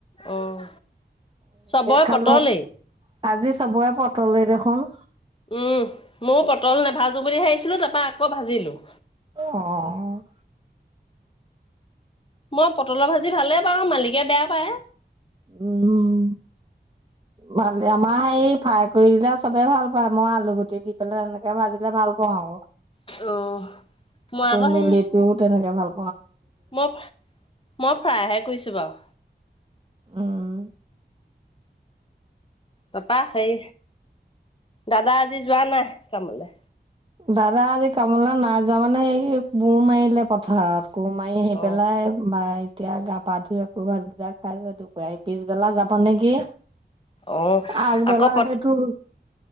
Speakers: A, on the left; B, on the right.
A: অঁ চবৰে
B: খালো।
A: পটলেই
B: আজি চবৰে পটলেই দেখোন
A: উম ময় পটল নেভাজো বুলি ভাবিছিলো তাৰ পৰাা আকৌ ভাজিলো
B: অঁ
A: মই পটলৰ ভাজি ভালে পাওঁ মালিকে বেয়া পায়
B: উম ভাল আমাৰ হে ফ্ৰাই কৰি দিলে চবে ভাল পায় মই আলু গুটি দিম পেলাই তেনেকে ভাজিলে ভাল পাওঁ আৰু
A: অ মই
B: কুন্দুলিটোও
A: আকৌ সেই
B: তেনেকে ভাল পা
A: মই মই ফ্ৰাই হে কৈছো বাৰু
B: উম
A: পাপা সেই দাদা আজি যোৱা নাই কামলৈ
B: দাদা আজি কামলে নাই যোৱা মানে এই কুৰ মাৰিলে পথাৰত কো মাৰি আহি
A: অ
B: পেলাই বাই এতিয়া গা পা ধুই আকৌ ভাত পুজা খাইছে দুপ পিছবেলা যাব নেকি
A: অ
B: আগবেলা
A: আকৌ পথ
B: সেইটোৰ